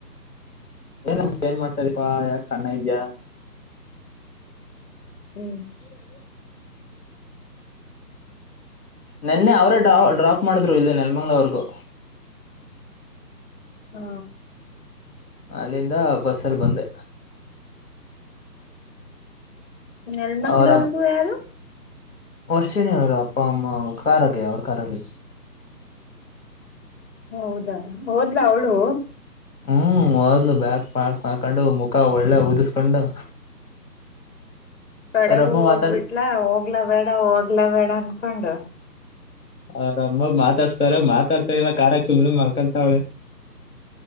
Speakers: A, on the left; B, on the left.
A: ಏನ ಮ ಏನ್ ಮಾಡ್ತಾರಪ್ಪಾ ಯಾಕ ಸಣ್ಣ ಇದ್ಯಾ
B: ಹ್ಮ್
A: ಏನಿದರ ನಿೆನ್ನೆ ಅವರೇ ಡ್ರಾ ಡ್ರಾಪ್ ಮಾಡಿದ್ರು ಇಲ್ಲಿ ನೆಲ್ಮಂಗ್ಳವರೆಗೂ
B: ಹಾ
A: ಅಲ್ಲಿಂದ ಬಸ್ಸಲ್ಲಿ ಬಂದೆ
B: ನೆಲ್ಮಂಗ್ಳೂರ್ಗೂ
A: ಅವ್ರ
B: ಯಾರು
A: ವರ್ಷಿಣಿ ಅವರು ಅಪ್ಪ ಅಮ್ಮ ಕಾರಲ್ಲಿ ಅವ್ರ ಕಾರಲ್ಲಿ
B: ಹೌದಾ ಹೋದ್ಲಾ ಅವಳು
A: ಹ್ಮ್ ಓದ್ಲು ಬ್ಯಾಾಗ ಬ್ಯಾಕ್ ಮಾಡಾಕೊಂಡು ಮುಖ ಒಳ್ಳೆ ಊದಿಸ್ಕೊಂಡು
B: ಕಡೆಗೂ
A: ಅವ್ರಪ್ಪ
B: ಹೋಗ್ಬಿಟ್ಲ
A: ಮಾತಾಡ್
B: ಹೋಗ್ಲ ಬೇಡ ಹೋಗ.. <inaudible> <inaudible> ಎ.. <inaudible> ನನಪಂಡ.. <inaudible>
A: ಅವ್ರಮ್ಮ ಮಾತಾಡ್ಸ್ತಾರ ಮಾತಾಡ್ತಾ ಇಲ್ಲ ಕಾರಾಗ ಸುಮ್ ಮಲ್ಕೊಂತಾವಳೆ.. <unintelligible>